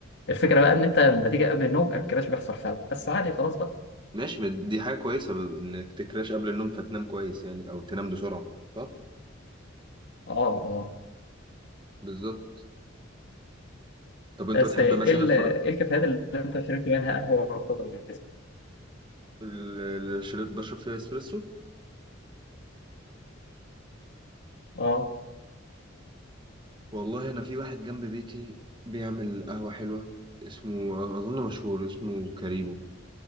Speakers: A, on the left; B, on the right.
A: الفكره بقى ان انت لما تيجي قبل النوم الكراش بيحصل فعلا بس عادي خلاص بقى
B: ماشي ما دي حاجه كويسه ب- انك تكراش قبل النوم فتنام كويس يعني او تنام بسرعه صح
A: اه اه
B: بالظبط طب انت
A: بس
B: بتحب
A: ايه
B: مثلا
A: ال-
B: الفراولة
A: إيه الكافيهات اللي انت شربت منها قهوة كويسة؟
B: ال- الشريط بشرب فيه اسبريسو
A: اه
B: والله انا في واحد جنب بيتي بيعمل قهوة حلوة اسمه اظن مشهور اسمه كاريبو